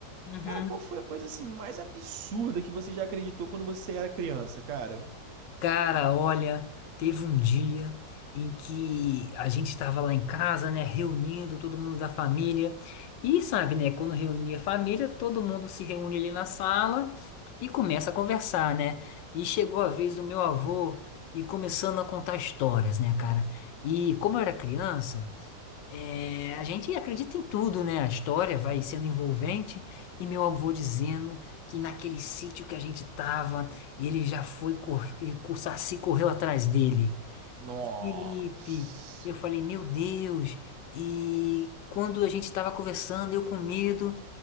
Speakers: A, on the left; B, on the right.
A: Uhum.
B: Cara, qual foi a coisa assim mais absurda que você já acreditou quando você era criança, cara?
A: Cara, olha, teve um dia em que a gente estava lá em casa, né, reunindo todo mundo da família. E sabe, né, quando reunia a família, todo mundo se reúne ali na sala e começa a conversar, né? E chegou a vez do meu avô e começando a contar histórias, né, cara? E como eu era criança, é, a gente acredita em tudo, né? A história vai sendo envolvente e meu avô dizendo que naquele sítio que a gente tava, ele já foi, cor- o Saci correu atrás dele.
B: Nossa.
A: Felipe, eu falei, meu Deus. E quando a gente tava conversando, eu com medo,